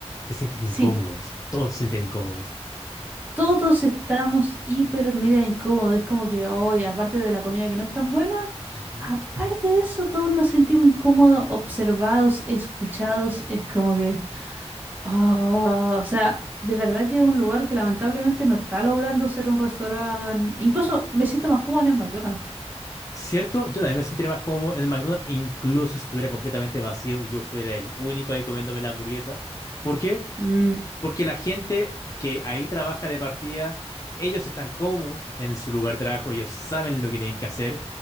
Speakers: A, on the left (about 30°); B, on the right (about 15°).
A: se sienten
B: Sí,
A: incómodos, todos se sienten incómodos.
B: todos estamos hiper mega incómodos. Es como que hoy, aparte de la comida que no es tan buena,
A: Ujú.
B: aparte de eso, todos nos sentimos incómodos, observados, escuchados. Es como que Ah, o sea, de verdad que es un lugar que lamentablemente no está logrando ser un restaurante. Incluso me siento más cómoda en el McDonald's.
A: Cierto, yo también me sentiría más cómodo en el McDonald's, incluso si estuviera completamente vacío y yo fuera el único ahí comiéndome la hamburguesa. porque
B: Mm,
A: Porque la gente que ahí trabaja de partida, ellos están cómodos en su lugar de trabajo, ellos saben lo que tienen que hacer,